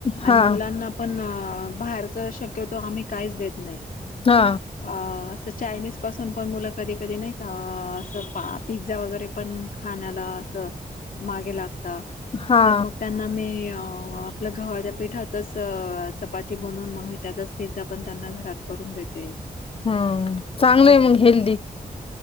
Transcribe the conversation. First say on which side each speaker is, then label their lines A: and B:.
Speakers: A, on the left; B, on the left.
A: हा
B: आणि मुलांना पण बाहेरच शक्यतो आम्ही काहीच देत नाही
A: हा
B: अ चायनीज पासून पण मुलं कधी कधी नाही का असं पा पिझ्झा वगैरे पण खाण्याला मागे ला तर
A: हा
B: म त्यांना मी आपलं गव्हाच्या पिठाचंच चपाती बनवून मग म त्याचाच पिझ्झा पण त्यांना घरात करून देते
A: हम्म चांगलं
B: अ,
A: आहे मग हेल्दी